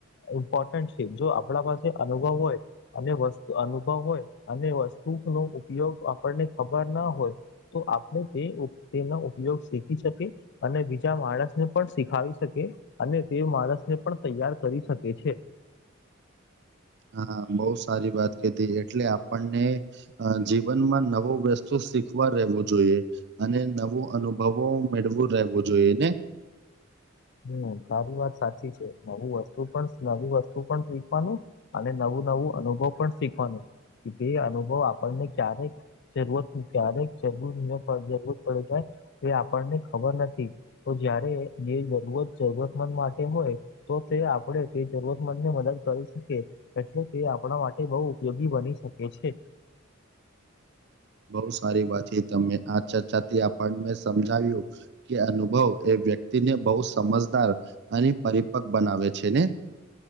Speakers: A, on the left; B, on the right.
A: ઇમ્પોર્ટન્ટ છે જો આપણા પાસે અનુભવ હોય અને વસ્તુ અનુભવ હોય અને વસ્તુ નો ઉપયોગ આપણને ખબર ના હોય તો આપણે તે તેનો ઉપયોગ શીખી શકીએ અને બીજા માણસને પણ શીખાવી શકિએ અને તે માણસને પણ તૈયાર કરી શકે છે
B: <inaudible> હા બહુ સારી વાત કીધી એટલે આપણને જીવનમાં નવો વ્યસ્ત શું શીખવા રહેવું જોઈએ અને નવું અનુભવો મેળવું રહેવું જોઈએ ને
A: હમ તારી વાત સાચી છે નવું વસ્તુ પણ નવી વસ્તુ પણ શીખવાન અને નવું નવું અનુભવ પણ શીખવાનું એ અનુભવ આપણને ક્યારેક જરૂરત ક્યારેક જરૂર ને પણ જરૂર પડી જાય એ આપણને ખબર નથી તો જયારે જે જો જરૂરતમંદ માટે હોય તો તે આપણે તે જરૂરતમંદ ની મદદ કરી શકીએ એટલે કે આપણા માટે બઉ ઉપયોગી બની શકે છે
B: બહુ સારી વાત છે તમે આ ચર્ચાથી આપણ ને સમજાવ્યું કે અનુભવ એ વ્યક્તિ ને બહુ સમજદાર અને પરિપક્વ બનાવે છે ને